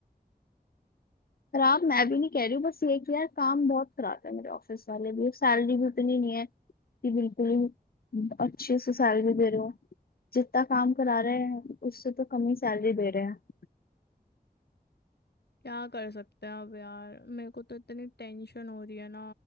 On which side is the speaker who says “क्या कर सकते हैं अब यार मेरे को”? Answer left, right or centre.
Left